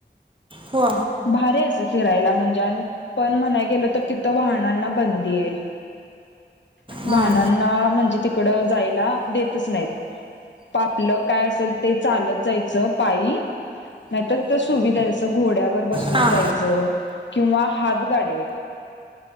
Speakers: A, on the right (about 25°); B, on the left (about 75°).
A: हो
B: भारी असं फिरायला म्हणजे पण म्हणाय गेल तर तिथं वाहनांना बंदी आहे.
A: हां
B: वाहनांना म्हणजे तिकड जायला देतच नाहीत. आपआपलं काय असेल ते चालत जायचं पायी नाहीतर सुविधा जस घोड्यावर बसून
A: हां
B: जायचं. किंवा हात गाडेत